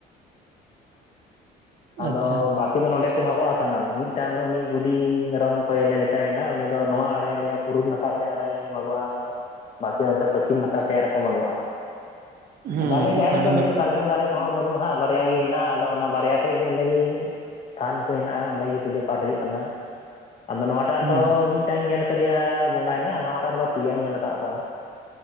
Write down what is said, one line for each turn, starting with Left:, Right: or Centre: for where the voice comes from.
Left: <inaudible> ᱟᱫᱚ
Right: ᱟᱪᱪᱷᱟ
Left: ᱵᱟᱹᱠᱤ ᱫᱚ ᱱᱚᱸᱰᱮ ᱠᱚ ᱢᱟᱜᱚᱜ-ᱟ ᱥᱟᱱᱟᱢ ᱢᱤᱫᱴᱟᱝ ᱫᱚ ᱩᱱᱤ ᱜᱩᱞᱤ ᱢᱮᱨᱚᱢ ᱠᱚᱭ ᱞᱮ ᱢᱮᱛᱟᱭ ᱠᱟᱱᱟ᱾ ᱩᱱᱤ ᱫᱚ ᱱᱚᱣᱟ ᱟᱲᱮ ᱫᱮᱭᱟᱯ ᱯᱩᱨᱩᱵ ᱱᱟᱠᱷᱟ ᱥᱮ ᱟᱨᱮ ᱢᱟᱜᱚᱜ-ᱟ᱾ ᱵᱟᱹᱠᱤ ᱱᱚᱛᱮ ᱯᱚᱪᱷᱤᱢ ᱱᱟᱠᱷᱟ ᱥᱮᱜ ᱨᱮᱠᱚ ᱢᱟᱜᱚᱜ-ᱟ
Right: ᱦᱩᱸ
Left: ᱟᱫᱚ ᱟᱞᱮ
Right: ᱦᱩᱸ
Left: ᱡᱟᱦᱮᱨ
Right: ᱟᱹᱰᱤ
Left: ᱨᱮᱫᱚ ᱰᱷᱮᱨ
Right: ᱱᱟᱯᱟᱭ
Left: ᱥᱟᱨᱡᱚᱢ ᱫᱟᱨᱮ ᱠᱚᱦᱚᱸ ᱵᱟᱹᱱᱩᱜ-ᱟ ᱦᱟᱸᱜ ᱵᱟᱨᱭᱟ ᱜᱮ ᱦᱮᱱᱟᱜ-ᱟ ᱟᱫᱚ ᱚᱱᱟ ᱵᱟᱨᱭᱟ ᱴᱷᱮᱡ ᱜᱮ ᱚᱸᱰᱮ ᱜᱮ ᱛᱷᱟᱱ ᱠᱚ ᱦᱮᱱᱟᱜ-ᱟ ᱚᱸᱰᱮ ᱜᱮ ᱯᱩᱡᱟᱹ ᱯᱟᱴ ᱦᱩᱭᱩᱜ ᱠᱟᱱᱟ ᱟᱫᱚ ᱱᱚᱣᱟ ᱴᱟᱜ
Right: ᱦᱩᱸ
Left: ᱫᱚ ᱢᱤᱫᱴᱟᱝ ᱤᱧ ᱧᱮᱞ ᱟᱠᱟᱫᱮᱭᱟ ᱵᱚᱸᱜᱟ ᱦᱮᱱᱟᱭᱟ ᱟᱨ ᱱᱟᱣᱟᱴᱟᱜ ᱨᱮᱫᱚ ᱯᱮᱭᱟᱧ ᱧᱮᱞ ᱟᱠᱟᱜ ᱠᱚᱣᱟ ᱾